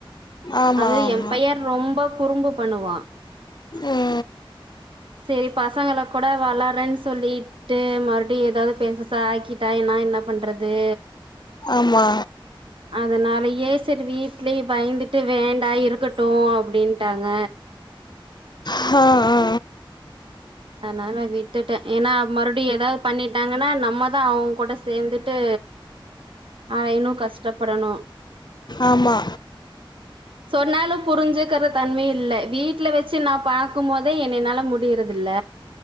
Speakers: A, on the left; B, on the right.
A: ஆமா
B: அது
A: ஆமா
B: எம் பைய ரொம்ப குறும்பு பண்ணுவா
A: ம்
B: சேரி பசங்கள கூட வெளாட்றேன்னு சொல்லி ட்டு மறுடியு ஏதாது பெருசசா ஆக்கிட்டா நா என்ன பண்றது
A: ஆமா
B: அதனாலயே செரி வீட்லயு பயந்துட்டு வேண்டா இருக்கட்டு அப்டின்ட்டாங்க
A: ஹ ஆ ஆ
B: அதனால விட்டுட்டே ஏன்னா மறுடியு ஏதாது பண்ணிட்டாங்கன்னா நம்ம தா அவுங்க கூட சேந்துட்டு ஆ இன்னு கஷ்டப்படணு
A: ஆமா
B: சொன்னாலு புரிஞ்சுக்கற தன்மை இல்ல வீட்ல வச்சு நா பாக்கும் போதே என்னைனால முட் முடியிறதில்ல